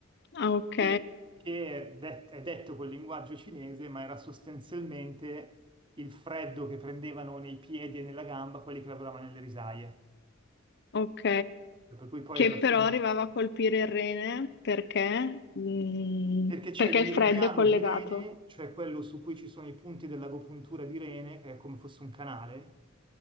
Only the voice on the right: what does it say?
che, che è, det- è detto col linguaggio cinese, ma era sostanzialmente il freddo che prendevano nei piedi e nella gamba quelli che lavoravano nelle risaie.
Per cui poi
alla
fine,
perché c'è
il
meridiano
di Rene, cioè quello su cui ci sono i punti dell'agopuntura di Rene, che è come fosse un canale,